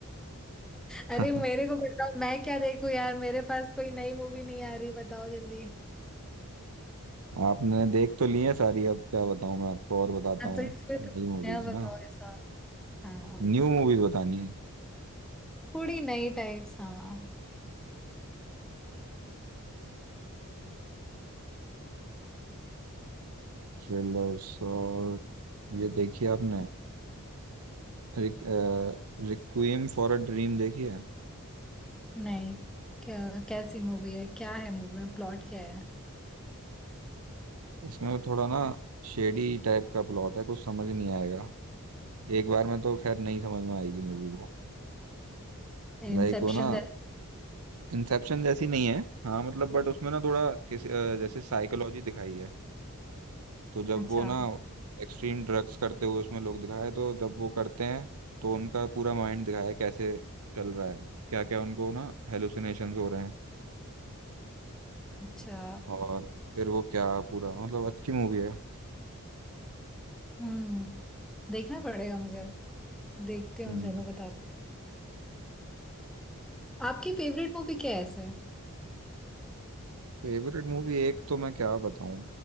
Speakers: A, in the centre; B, on the right.
A: अरे
B: मैं
A: मेरे को बताओ मैं क्या देखूं यार मेरे पास कोई नई मूवी नहीं आ रही बताओ जल्दी
B: आपने देख तो ली है सारी अब क्या बताऊं मैं आपको और बताता
A: हाँ तो
B: हूँ
A: इसलिए
B: नई
A: तो कुछ
B: मूवीज
A: नया बताओ
B: ना
A: ऐसा हाँ
B: न्यू मूवीज बतानी है
A: थोड़ी नई टाइप्स हाँ
B: थ्रिलर्स और ये देखी है आपने रिक, रिक्विएम फॉर अ ड्रीम देखी है
A: नहीं क्या कैसी मूवी है क्या है मूवी में प्लॉट क्या है
B: इसमें तो थोड़ा ना शेडी टाइप का प्लॉट है कुछ समझ नहीं आएगा एक बार में तो खैर नहीं समझ में आएगी मूवी को
A: इंसेप्शन
B: लाइक वो ना
A: जैसे
B: इंसेप्शन जैसी नहीं है हाँ मतलब बट उसमें ना थोड़ा किसी अ, जैसे साइकोलॉजी दिखाई है तो जब
A: अच्छा
B: वो ना एक्सट्रीम ड्रग्स करते हुए उसमें लोग दिखाए तो जब वो करते हैं तो उनका पूरा माइंड दिखाया है कैसे चल रहा है क्या क्या उनको ना हेलुसिनेशंस हो रहे हैं
A: अच्छा
B: और फिर वो क्या पूरा मतलब अच्छी मूवी है
A: हम्म देखना पड़ेगा मुझे देखते हैं
B: हम्म
A: चलो बताते हैं। आपकी फेवरेट मूवी क्या है ऐसे
B: फेवरेट मूवी एक तो मैं क्या बताऊं